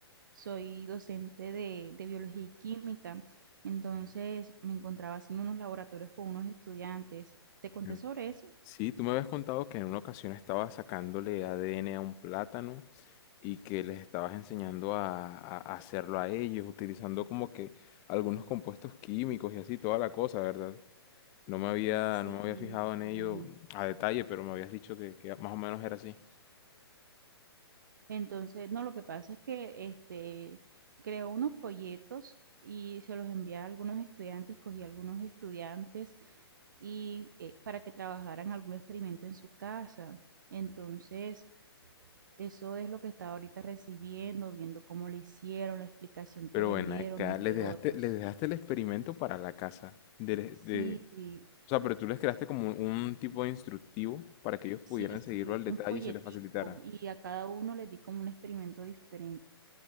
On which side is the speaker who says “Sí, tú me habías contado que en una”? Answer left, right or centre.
Left